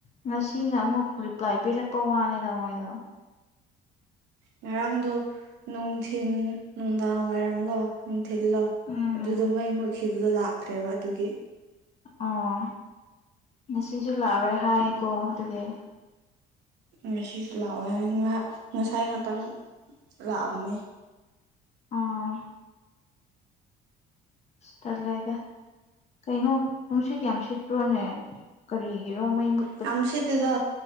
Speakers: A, on the left; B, on the right.
A: ꯉꯁꯤꯅ ꯑꯃꯨꯛ ꯔꯤꯄ꯭ꯂꯥꯏ ꯄꯤꯔꯛꯄ ꯋꯥꯅꯤꯗ ꯃꯣꯏꯗꯣ
B: ꯉꯔꯥꯡꯗꯣ ꯅꯨꯡꯊꯤꯟ ꯅꯨꯡꯗꯥꯡ ꯋꯥꯏꯔꯝꯂꯣ ꯅꯨꯡꯊꯤꯜꯂꯣ
A: ꯎꯝ
B: ꯑꯗꯨꯗ ꯃꯩ ꯃꯨꯠꯈꯤꯕꯗꯣ ꯂꯥꯛꯇ꯭ꯔꯦꯕ ꯑꯗꯨꯒꯤ
A: ꯑꯣ ꯉꯁꯤꯁꯨ ꯂꯥꯛꯑꯔꯣꯏ ꯍꯥꯏꯌꯦꯀꯣ ꯑꯗꯨꯗꯤ
B: ꯉꯁꯤꯁꯨ ꯂꯥꯛꯑꯣ ꯉꯥꯏꯍꯥꯛ ꯉꯁꯥꯏ ꯉꯥꯛꯇꯪ ꯂꯥꯛꯑꯝꯃꯦ
A: ꯑꯥ ꯇꯜꯂꯦꯗꯥ ꯀꯩꯅꯣ ꯅꯨꯡꯁꯤꯠ ꯌꯥꯝ ꯁꯤꯠꯄ꯭ꯔꯣꯅꯦ ꯀꯔꯤꯒꯤꯔꯣ ꯃꯩ ꯃꯨꯠ
B: ꯌꯥꯝ ꯁꯤꯠꯇꯦꯗ